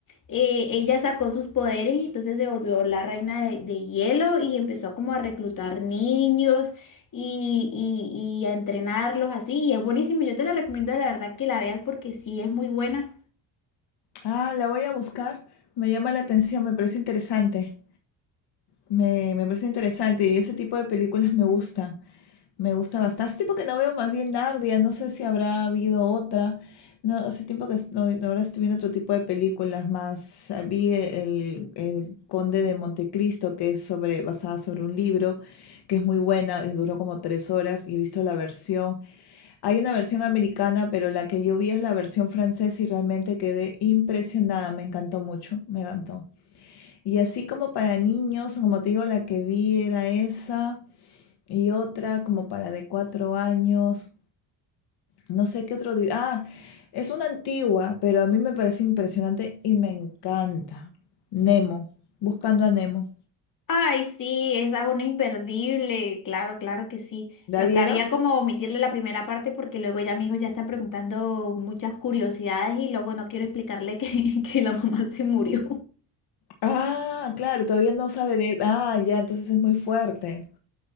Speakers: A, on the left (about 50°); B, on the left (about 70°).
A: eh, ella sacó sus poderes y entonces se volvió la reina de, de hielo y empezó como a reclutar niños y, y- y a entrenarlos así. Y es buenísimo, yo te la recomiendo la verdad que la veas porque sí es muy buena.
B: Ah, la voy a buscar, me llama la atención, me parece interesante, me, me parece interesante y ese tipo de películas me gustan. Me gusta bastante. Hace tiempo que no veo más bien Nardia, no sé si habrá habido otra. No, hace tiempo que no, no, ahora estoy viendo otro tipo de películas más. Ah, Vi el, el Conde de Montecristo, que es sobre, basada sobre un libro, que es muy buena, es- duró como tres horas y he visto la versión. Hay una versión americana, pero la que yo vi es la versión francesa y realmente quedé impresionada, me encantó mucho, me encantó. Y así como para niños, como te digo, la que vi era esa y otra como para de cuatro años. No sé qué otro. di- Ah, es una antigua, pero a mí me parece impresionante y me encanta. Nemo, buscando a Nemo.
A: Ay, sí, esa es una imperdible, claro, claro que sí.
B: ¿La
A: Tocaría
B: vieron?
A: como omitirle la primera parte porque luego ya mi hijo ya está preguntando muchas curiosidades y luego no quiero explicarle que, <laughs> que la mamá se murió.
B: Ah, claro, todavía no sabe de... Ah, ya, entonces es muy fuerte.